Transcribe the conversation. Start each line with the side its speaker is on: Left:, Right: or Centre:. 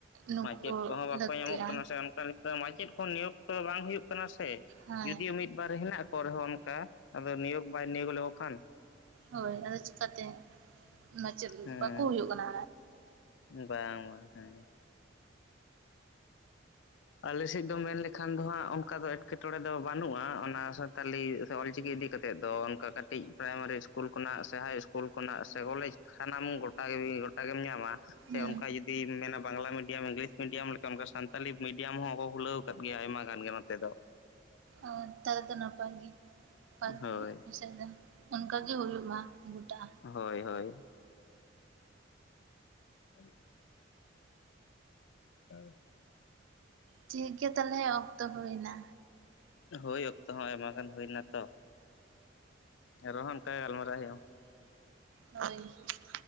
Right: ᱱᱩᱠᱩ
Left: ᱢᱟᱪᱮᱫ ᱠᱚᱦᱚᱸ ᱵᱟᱠᱚ
Right: ᱞᱟᱹᱠᱛᱤᱜᱼᱟ
Left: ᱧᱟᱢᱚᱜ ᱠᱟᱱᱟ ᱥᱮ ᱚᱱᱠᱟ ᱞᱮᱠᱟ ᱢᱟᱪᱮᱫ ᱠᱚ ᱱᱤᱭᱳᱜ ᱠᱚ ᱵᱟᱝ ᱦᱩᱭᱩᱜ ᱠᱟᱱᱟ ᱥᱮ
Right: ᱦᱳᱭ
Left: ᱡᱩᱫᱤᱭᱳ ᱢᱤᱫ ᱵᱟᱨ ᱦᱮᱱᱟᱜ ᱠᱚ ᱨᱮᱦᱚᱸ ᱚᱱᱠᱟ ᱟᱫᱚ ᱱᱤᱭᱳᱜ ᱵᱟᱭ ᱱᱤᱭᱳᱜ ᱞᱮᱠᱚ ᱠᱷᱟᱱ
Right: ᱦᱳᱭ ᱟᱫᱚ ᱪᱤᱠᱟᱛᱮ ᱢᱟᱪᱮᱫ
Left: ᱦᱮᱸ
Right: ᱵᱟᱠᱚ ᱦᱩᱭᱩᱜ ᱠᱟᱱᱟ
Left: ᱵᱟᱝ ᱵᱟᱝ ᱦᱮᱸ ᱟᱞᱮ ᱥᱮᱫ ᱫᱚ ᱢᱮᱱ ᱞᱮᱠᱷᱟᱱ ᱫᱚ ᱦᱟᱸᱜ ᱚᱱᱠᱟ ᱫᱚ ᱮᱴ ᱮᱴᱠᱮᱸᱴᱚᱬᱮ ᱫᱚ ᱵᱟᱹᱱᱩᱜᱼᱟ ᱚᱱᱟ ᱥᱟᱱᱛᱟᱞᱤ ᱥᱮ ᱚᱞᱪᱤᱠᱤ ᱤᱫᱤ ᱠᱟᱛᱮᱫ ᱫᱚ ᱚᱱᱠᱟ ᱠᱟᱹᱴᱤᱡ ᱯᱨᱟᱭᱢᱟᱨᱤ ᱤᱥ ᱠᱩᱞ ᱠᱷᱚᱱᱟᱜ ᱥᱮ ᱦᱟᱭ ᱤᱥᱠᱩᱞ ᱠᱷᱚᱱᱟᱜ ᱥᱮ ᱠᱚᱞᱮᱡᱽ ᱥᱟᱱᱟᱢ ᱜᱚ <inaudible> ᱜᱚᱴᱟ ᱜᱮᱢ ᱧᱟᱢᱟ
Right: ᱦᱩᱸ
Left: ᱥᱮ ᱚᱱᱠᱟ ᱡᱩᱫᱤᱢ ᱢᱮᱱᱟ ᱵᱟᱝᱞᱟ ᱢᱤᱰᱤᱭᱟᱢ, ᱤᱝᱞᱤᱥ ᱢᱤᱰᱤᱭᱟᱢ ᱞᱮᱠᱟ ᱚᱱᱠᱟ ᱥᱟᱱᱛᱟᱞᱤ ᱢᱤᱰᱤᱭᱟᱢ ᱦᱚᱸ ᱠᱚ ᱠᱷᱩᱞᱟᱹᱣ ᱟᱠᱟᱫ ᱜᱮᱭᱟ ᱟᱭᱢᱟ ᱜᱟᱱ ᱜᱮ ᱱᱚᱛᱮ ᱫᱚ᱾
Right: ᱟᱸ ᱛᱟᱭ ᱫᱚ ᱱᱟᱯᱟᱭ ᱜᱤ ᱯᱟᱪ
Left: ᱦᱳᱭ
Right: ᱢᱤᱜ ᱵᱤᱥᱚᱭ ᱨᱮᱱ ᱚᱱᱠᱟ ᱜᱤ ᱦᱩᱭᱩᱜ ᱢᱟ ᱜᱩᱴᱟ᱾
Left: ᱦᱳᱭ ᱦᱳᱭ ᱾ <inaudible> ᱟᱭ
Right: ᱴᱷᱤᱠ ᱜᱮᱭᱟ ᱛᱟᱦᱚᱞᱮ ᱚᱠᱛᱚ ᱦᱩᱭᱮᱱᱟ᱾
Left: ᱦᱳᱭ ᱚᱠᱛᱚ ᱦᱚᱸ ᱟᱭᱢᱟ ᱜᱟᱱ ᱦᱩᱭᱱᱟ ᱛᱚ᱾ ᱮᱱᱨᱮᱦᱚ ᱚᱱᱠᱟ ᱜᱟᱞᱢᱟᱨᱟᱶ ᱦᱩᱭᱩᱜ -ᱟ᱾
Right: ᱦᱳᱭ᱾ <unintelligible>